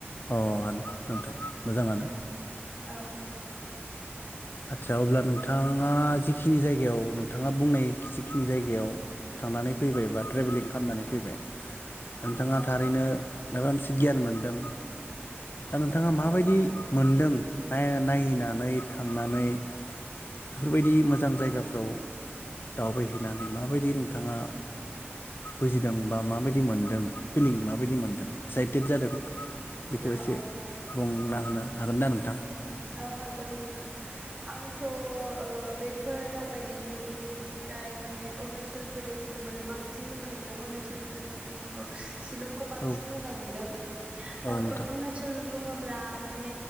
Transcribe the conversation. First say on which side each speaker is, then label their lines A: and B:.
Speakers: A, on the left; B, on the right.
A: औ नोंथां मोजाङानो।
B: औ।
A: आतसा अब्ला नोंथाङा जिखिनि जायगायाव नोंथाङा बुंनाय जिखिनि जायगायाव थांनानै फैबाय बा ट्रेभेलिं खालामनानै फैबाय नोंथाङा
B: औ
A: थारैनो माबा मोनसे गियान मोनदों दा नोंथाङा माबायदि
B: औ
A: मोनदों? नायो नायैना नानै थांनानै <unintelligible> फोरबायदि मोजां जायगाफ्राव दावबायहै नानै माबायदि नोंथांङा बुजिदों बा माबायदि मोनदों फिलिं माबायदि मोनदों एक्साइटेड जादों बेखौ
B: औ
A: एसे
B: औ
A: बुंना होनो हागोन ना नोंथां?
B: औ हागोन नोंथां आंथ' ओ बेफोर दावबायनायनिफ्राय माने अरुणाचल प्रदेशखौ माने बांसिन मोजां मोनदों अरुणाचल आरो चिरां <unintelligible> शिलंखौ बांसिन
A: औ
B: मोजां मोनदों आ
A: औ नोंथां
B: ओ अरुणाचल बुंङोब्ला माने